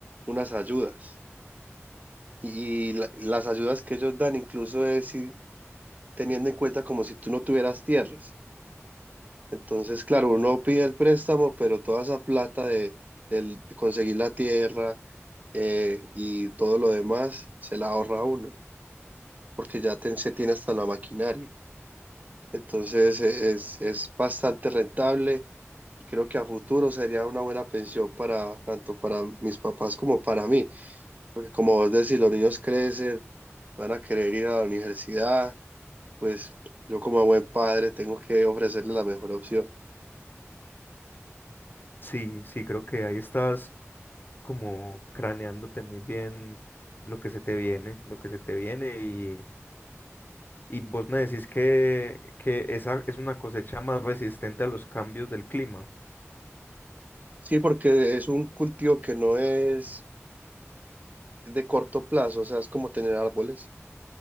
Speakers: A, on the right; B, on the left.
A: unas ayudas y la- las ayudas que ellos dan incluso es si- teniendo en cuenta como si tú no tuvieras tierras. Entonces, claro, uno pide el préstamo, pero toda esa plata de, del- de conseguir la tierra, eh, y todo lo demás se la ahorra uno, porque ya ten- se tiene hasta la maquinaria. Entonces e- es, es bastante rentable y creo que a futuro sería una buena pensión para tanto para mis papás como para mí, porque como vos decís, los niños crecen, van a querer ir a la universidad, pues yo como buen padre tengo que ofrecerles la mejor opción.
B: Sí, sí, creo que ahí estás como craneándote muy bien lo que se te viene, lo que se te viene y, y vos me decís que, que esa es una cosecha más resistente a los cambios del clima.
A: Sí, porque es un cultivo que no es de corto plazo, o sea, es como tener árboles.